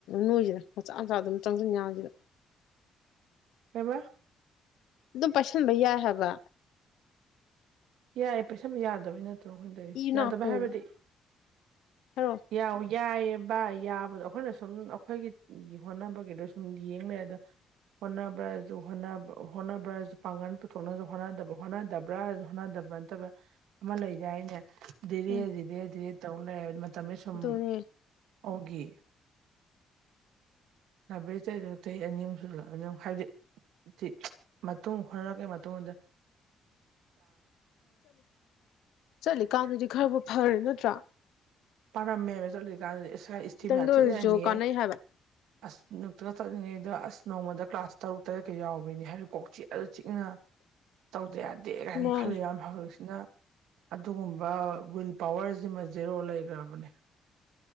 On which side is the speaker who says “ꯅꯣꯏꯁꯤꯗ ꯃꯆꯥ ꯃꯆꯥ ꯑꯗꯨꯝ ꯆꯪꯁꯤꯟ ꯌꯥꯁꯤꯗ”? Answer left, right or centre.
Left